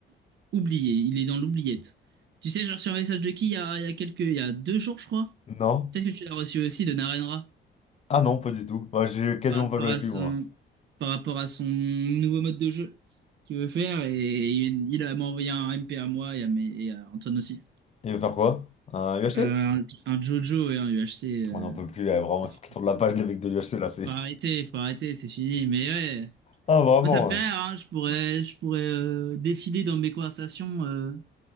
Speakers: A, on the right; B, on the left.
A: oublié, il est dans l'oubliette. Tu sais, j'ai reçu un message de qui il y a, il y a quelques, il y a deux jours je crois.
B: Non?
A: Peut-être que tu l'as reçu aussi de Narenra
B: Ah non, pas du tout. Moi, j'ai quasiment
A: par rapport
B: pas joué
A: à
B: avec
A: son,
B: lui, moi.
A: par rapport à son nouveau mode de jeu qu'il veut faire et il, il a m'a envoyé un MP à moi et à, mes- et à Antoine aussi.
B: Il veut faire quoi? Un UHC?
A: Euh, un, un Jojo et un UHC, euh,
B: On n'en peut plus, eh, vraiment,
A: ça
B: il
A: fait-
B: faut qu'il tourne la page, le mec de l'UHC, là, c'est...
A: faut
B: <laughs>
A: arrêter, faut arrêter, c'est fini, mais ouais.
B: Ah, vraiment.
A: Moi, ça me fait
B: ouais.
A: rire, hein. Je pourrais, je pourrais euh, défiler dans mes conversations. Euh...